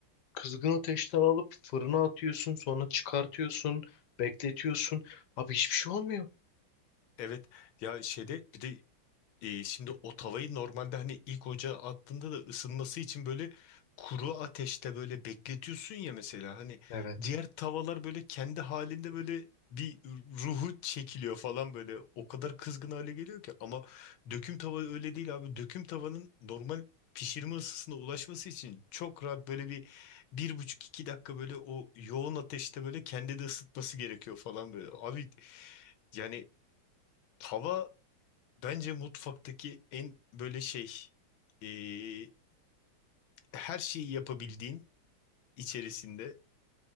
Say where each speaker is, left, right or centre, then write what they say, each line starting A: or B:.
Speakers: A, on the left; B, on the left.
A: kızgın ateşten alıp fırına atıyorsun, sonra çıkartıyorsun, bekletiyorsun. Abi hiçbir şey olmuyor.
B: Evet. Ya şeyde bir de E, şimdi o tavayı normalde hani ilk ocağa attığında da ısınması için böyle kuru ateşte böyle bekletiyorsun ya mesela hani
A: Evet.
B: diğer tavalar böyle kendi halinde böyle bir ruhu çekiliyor falan böyle o kadar kızgın hale geliyor ki ama döküm tava öyle değil abi döküm tavanın normal pişirme ısısına ulaşması için çok rahat böyle bir bir buçuk iki dakika böyle o yoğun ateşte böyle kendi de ısıtması gerekiyor falan böyle abi yani tava Bence mutfaktaki en böyle şey eee, her şeyi yapabildiğin içerisinde